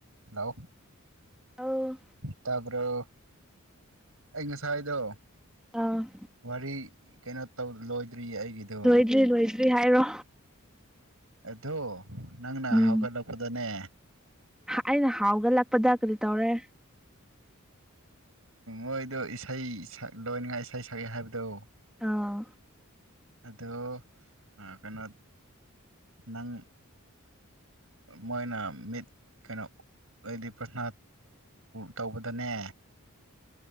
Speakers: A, on the right; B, in the centre.
A: Hello
B: ꯑꯧ
A: ꯇꯄꯔ ꯑꯩ ꯉꯁꯥꯏꯗꯣ
B: ꯑꯥ
A: ꯋꯥꯔꯤ ꯀꯩꯅꯣ ꯂꯣꯏꯗ꯭ꯔꯤ ꯑꯩꯒꯤꯗꯣ
B: ꯂꯣꯏꯗ꯭ꯔꯤ ꯂꯣꯏꯗ꯭ꯔꯤ ꯍꯥꯏꯔꯣ
A: ꯑ ꯅꯪꯅ
B: ꯎꯝ
A: ꯍꯧꯒꯠꯂꯛꯄꯗꯅꯦ
B: ꯑꯩꯅ ꯍꯥꯎꯒꯂꯛꯄꯗ ꯀꯔꯤ ꯇꯧꯔꯦ
A: ꯃꯣꯏꯗꯣ ꯏꯁꯩ ꯁꯛ ꯂꯣꯏꯅꯤꯡꯉꯥꯏ ꯏꯁꯩ ꯁꯛꯑꯦ ꯍꯥꯏꯕꯗꯣ
B: ꯑꯥ
A: ꯑꯗꯣ ꯀꯩꯅꯣ ꯅꯪ ꯃꯣꯏꯅ ꯃꯤꯠ ꯀꯩꯅꯣ ꯍꯥꯏꯗꯤ ꯄ꯭ꯔꯊꯅꯥ ꯇꯧꯕꯗꯅꯦ